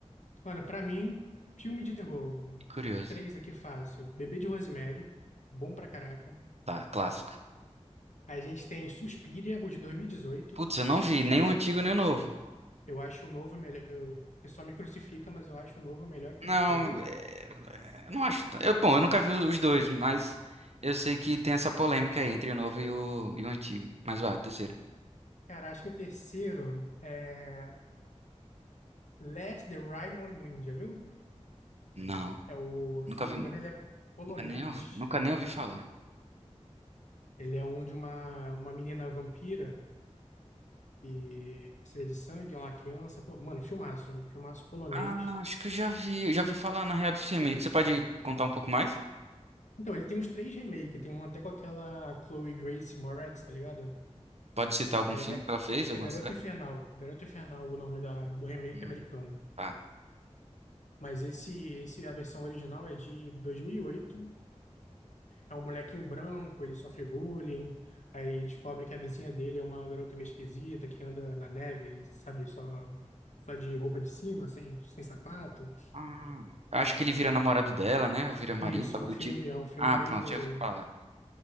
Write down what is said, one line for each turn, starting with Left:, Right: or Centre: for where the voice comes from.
Left: Mano, pra mim, filme de terror,
Right: Que curioso.
Left: três aqui fácil. Bebê de Rosemary, bom pra caraca.
Right: Tá, clássico.
Left: A gente tem Suspiria, o de 2018.
Right: Putz, eu não vi nem o antigo nem o novo.
Left: Eu acho o novo melhor. eu- O pessoal me crucifica, mas eu acho o novo melhor que
Right: Não,
Left: o antigo.
Right: é, é, não acho. t- Eu, bom, eu nunca vi os dois, mas eu sei que tem essa polêmica aí entre o novo e o, e o antigo. Mas vá, o terceiro.
Left: Cara, acho que o terceiro é Let the Right One Win, já viu?
Right: Não,
Left: É o,
Right: nunca
Left: se eu não
Right: vi,
Left: me engano, ele é polonês.
Right: nunca nem, ouvi- nunca nem ouvi falar.
Left: Ele é onde uma, uma menina vampira que precisa de sangue, é uma criança. Pô, mano, filmaço, é um filmaço polonês.
Right: Ah, acho que eu já vi, eu já vi falar na real do filme. Você pode contar um pouco mais?
Left: Então, ele tem os três remakes. Tem um até com aquela Chloe Grace Moretz, tá ligado?
Right: Pode citar algum
Left: Que
Right: filme
Left: é, ga-
Right: que ela fez?
Left: acho
Right: Alguma
Left: que é Garota
Right: série?
Left: Infernal. Garota Infernal, o nome da, do remake
Right: Hum,
Left: americano.
Right: tá.
Left: Mas esse, esse, a versão original é de 2008. É um molequinho branco, ele sofre bullying, aí descobre que a vizinha dele é uma garota meio esquisita que anda na neve, sabe, só só de roupa de cima, sem, sem sapato.
Right: Ah, eu acho que ele vira namorado dela, né? Ou vira marido,
Left: Isso,
Right: algo
Left: é um
Right: do
Left: filme,
Right: tipo.
Left: é um filme
Right: Ah,
Left: meio,
Right: pronto, já ouvi falar.